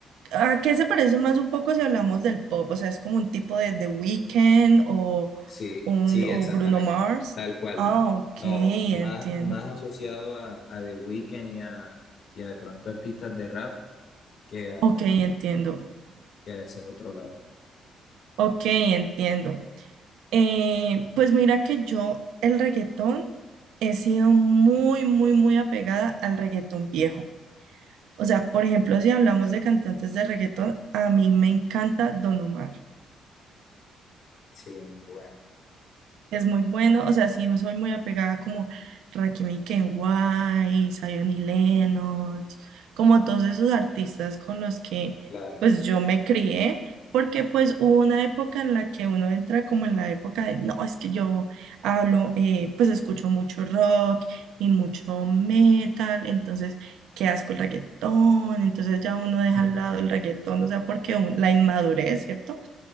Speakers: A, on the right; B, on the left.
A: ¿A qué se parece más un poco si hablamos del pop? O sea, es como un tipo de The Weeknd o,
B: Sí,
A: un,
B: sí,
A: o
B: exactamente,
A: Bruno Mars.
B: tal cual.
A: Ah, ok,
B: No,
A: entiendo.
B: más, más asociado a, a The Weeknd y a, y a de pronto artistas de rap que a,
A: Ok, entiendo.
B: que a ese otro lado.
A: Ok, entiendo. Eh, pues mira que yo el reggaetón he sido muy, muy, muy apegada al reggaetón viejo. O sea, por ejemplo, si hablamos de cantantes de reggaetón, a mí me encanta Don Omar.
B: Sí, muy bueno,
A: es muy bueno, o sea, sí soy muy apegada como Rakim y Ken Wise, Zion y Lennox, como todos esos artistas con los que
B: claro,
A: pues yo me crié, porque pues hubo una época en la que uno entra como en la época de, no, es que yo hablo, eh, pues escucho mucho rock y mucho metal, entonces qué asco el reggaetón, entonces ya uno deja
B: <laughs>
A: al lado el reggaetón, o sea, porque un- la inmadurez, ¿cierto?